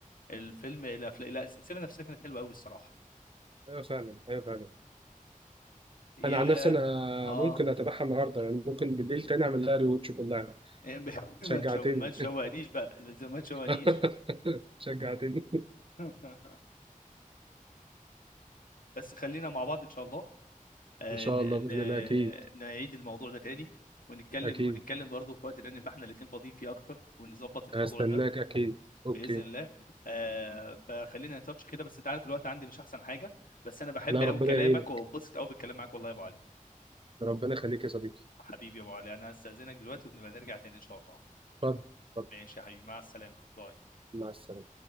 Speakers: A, on the left (about 75°); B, on the right (about 40°).
A: الفيلم لا لا لا، السلسلة نفسها كانت حلوة قوي الصراحة
B: ايوه فعلا ايوه فعلا
A: يا
B: انا عن نفسي انا
A: اه
B: ممكن اتابعها النهارده يعني ممكن بالليل تاني اعمل لها ريوتش كلها
A: <laughs> ما
B: شجعتني
A: تشو- ما تشوقنيش بقى ما تشوقنيش
B: <laughs> شجعتني
A: <laughs> بس خلينا مع بعض ان شاء الله آه،
B: ان شاء
A: ن-
B: الله باذن
A: ن-
B: الله اكيد
A: نعيد الموضوع ده تاني ونتكلم
B: اكيد
A: ونتكلم برضه في وقت تاني نبقى احنا الاتنين فاضيين فيه اكتر ونظبط الموضوع
B: هستناك
A: ده
B: اكيد اوكي
A: باذن الله آه، فخلينا نتاتش كده بس انت عارف الوقت عندي مش احسن حاجه بس انا بحب
B: لا
A: قوي
B: ربنا
A: كلامك
B: يعينك
A: وببسط قوي بالكلام معاك والله يا ابو علي
B: ربنا يخليك يا صديقي
A: حبيبي يا ابو علي انا هستاذنك دلوقتي ونبقى نرجع تاني ان شاء الله
B: اتفضل اتفضل.
A: ماشي يا حبيبي مع السلامه باي
B: مع السلامة